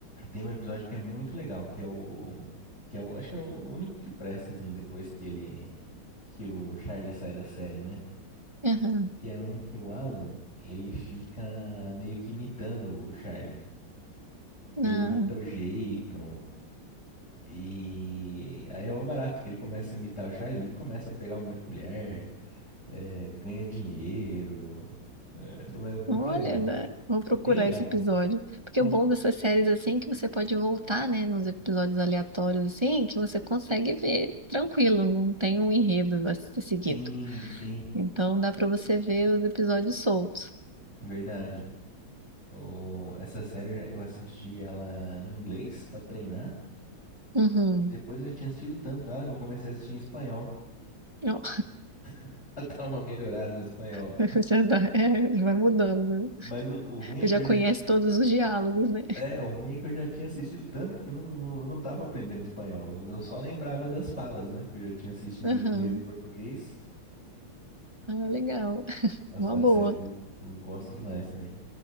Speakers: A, on the left; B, on the right.
A: tem um episódio que é muito legal, que é o que é o, acho que é o único que presta assim depois que ele que o Charlie sai da série, né?
B: Aham.
A: que é um que o Alan, ele fica meio que imitando o Charlie. Ele
B: Ah,
A: imita o jeito. E aí é o barato que ele começa a imitar o Charlie, ele começa a pegar um monte de mulher, é, ganha dinheiro. É, é muito
B: olha,
A: legal.
B: agora vou procurar
A: É bem legal.
B: esse episódio. Porque
A: São,
B: o bom dessas séries assim é que você pode voltar, né, nos episódios aleatórios assim, que você consegue ver tranquilo, não tem um enredo a ser seguido.
A: sim, sim,
B: Então dá pra você ver os episódios soltos.
A: verdade. O, essa série eu já- eu assisti ela em inglês pra treinar.
B: Uhum.
A: E depois eu já tinha assistido tanto ela que eu comecei a assistir em espanhol.
B: Ó,
A: <laughs> Pra dar uma melhorada no espanhol.
B: <laughs> Já dá, é, vai mudando. né?
A: Mas o, o ruim
B: Você
A: é
B: já
A: que eu
B: conhece
A: já
B: todos os diálogos, né?
A: É, o ruim é que eu já tinha assistido tanto que não, não, eu não tava aprendendo espanhol. Eu só lembrava das falas, né? Que eu já tinha assistido
B: Aham.
A: em inglês e português.
B: Ah, legal.
A: Nossa,
B: Uma
A: mas é
B: boa.
A: uma série que eu não gosto demais também.